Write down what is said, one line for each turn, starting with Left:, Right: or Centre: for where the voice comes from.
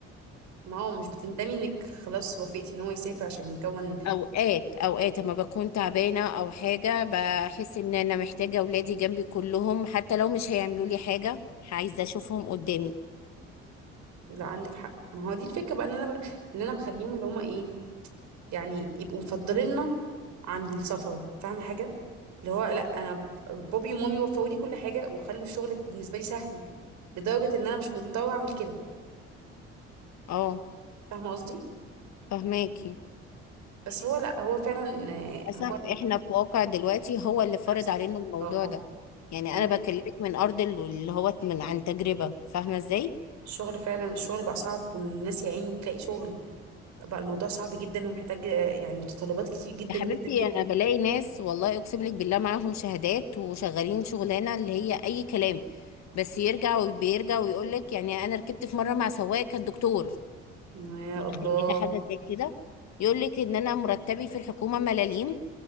Right: ما هو مش بتندمي انك خلاص وافقتي ان هو يسافر عشان يكون
Left: اوقات اوقات اما بكون تعبانة او حاجة بحس ان انا محتاجة اولادي جنبي كلهم حتى لو مش هيعملوا لي حاجة عايزة اشوفهم قدامي
Right: لو عندك حق ما هو دي الفكره بقى ان انا بخ... اللي انا بخليهم اللي هما ايه يعني يبقوا مفضليننا عن السفر فاهمة حاجة اللي هو لا انا ب- بابي ومامي وفقوا لي كل حاجة وخلوا الشغل بالنسبة لي سهل لدرجة ان انا مش مضطرة اعمل كده
Left: اه
Right: فاهمة قصدي
Left: فهماكي
Right: بس هو لا هو فعلا آه،
Left: للأسف
Right: هو ال-
Left: إحنا في واقع دلوقتي هو اللي
Right: للأسف
Left: فرض علينا الموضوع
Right: اه اه
Left: ده يعني
Right: عندك
Left: أنا بكلمك من أرض ال- اللي هو من عن تجربة فاهمة إزاي؟
Right: الشغل فعلا الشغل بقى صعب والناس يا عيني تلاقي شغل بقى الموضوع صعب جدا ومحتاج آه، يعني متطلبات كتير جدا
Left: يا حبيبتي
Right: جدا جدا
Left: أنا بلاقي ناس والله أقسم لك بالله معاهم شهادات وشغالين شغلانة اللي هي أي كلام بس يرجع وبيرجع ويقول لك يعني أنا ركبت في مرة مع سواق كان دكتور
Right: يا
Left: متخيلة
Right: الله
Left: حاجة زي كده يقول لك إن أنا مرتبي في الحكومة ملاليم